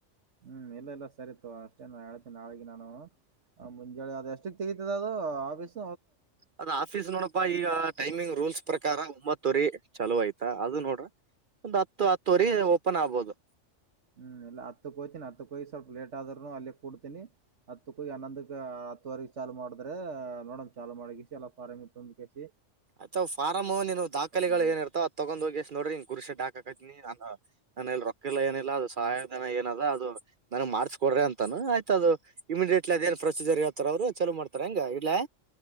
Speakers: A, on the right; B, on the right.
A: ಹ್ಮು ಎಲ್ಲೆಲ್ಲ ಸರಿ ತಗೊ ಅಷ್ಟೇ ನಾ ಹೇಳ್ತೀನಿ ನಾಳಿಗೆ ನಾನು ಆ ಮುಂಜಳೆ ಅದು ಎಷ್ಟುಕ್ ತೆಗತದ ಅದು ಆಫೀಸ್
B: ಅದು ಆಫೀಸ್ ನೋಡಪ್ಪ ಈಗ ಟೈಮಿಂಗ್ ರೂಲ್ಸ್ ಪ್ರಕಾರ ಒಂಬತ್ತುವರಿ ಚಲುವ್ ಆಯ್ತಾ ಅದು ನೋಡ್ರಿ ಒಂದ್ ಹತ್ತು ಹತ್ತುವರಿ ಓಪನ್ ಆಗ್ಬೋದು
A: ಹ್ಮು ಎಲ್ಲ ಹತ್ತುಕ್ಕೋಯ್ತೀನಿ ಹತ್ತುಕ್ಕೋಗಿ ಸ್ವಲ್ಪ ಲೇಟ್ ಆದ್ರುನು ಅಲ್ಲೇ ಕುಡ್ತಿನಿ ಹತ್ತುಕ್ಕೋಗಿ ಹನ್ನೊಂದಕ್ಕೇ ಹತ್ತುವರೆಗೆ ಚಾಲು ಮಾಡಿದ್ರೇ ನೋಡನ್ ಚಾಲು ಮಾಡೆಗಿಸಿ ಎಲ್ಲ ಫಾರ್ಮಿಗೆ ತಂದು ಕಿಸಿ
B: ಅಚ್ಚ ಫಾರಮ್ ಅವ ನಿನ್ನವು ದಾಖಲೆಗಳು
A: ನಾಳಿಗೆ
B: ಏನುಇರ್ತವ ಅದ್ ತಗೊಂಡ್ಒಗಿಸಿ ನೋಡ್ರಿ ಇಂಗ ಗುರ್ಷಿ ಟಕ್ ಹೇಳ್ತಿನಿ ಅನ್ನು ನಾನ್ನಲ್ಲಿ ರೊಕ್ಕಿಲ್ಲ ಏನಿಲ್ಲ ಅದು ಸಹಾಯಧನ ಏನದ ಅದು ನನಗ್ ಮಾಡ್ಸ್ ಕೊಡ್ರಿ ಅಂತಅನ್ನು ಆಯ್ತ ಅದು ಇಮಿಡಿಯೇಟ್ಲಿ ಅದೇನ್ ಪ್ರೊಸೀಜರ್ ಹೇಳ್ತಾರ ಅವ್ರು ಚಲೋ ಮಾಡ್ತಾರ್ ಹೆಂಗೆ ಇಡ್ಲಾ